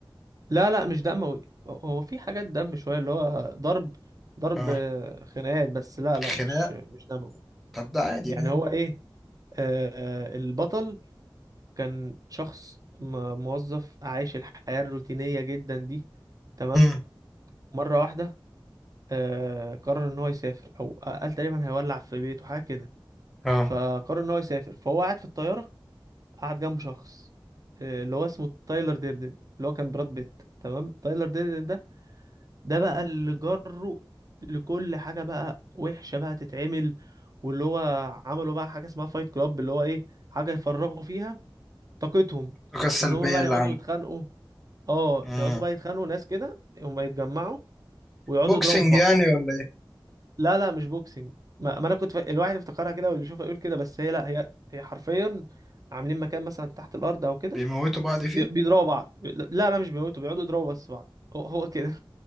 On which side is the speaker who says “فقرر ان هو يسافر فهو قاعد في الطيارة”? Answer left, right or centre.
Right